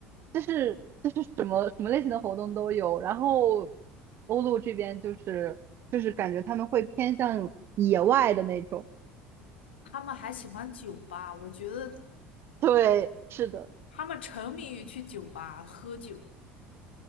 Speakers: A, on the right (about 40°); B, on the left (about 70°).
A: 就是就是什么什么类型的活动都有。然后欧陆这边就是就是感觉他们会偏向野外的那种，
B: 他们还喜欢酒吧，我觉得
A: 对，是的。
B: 他们沉迷于去酒吧喝酒。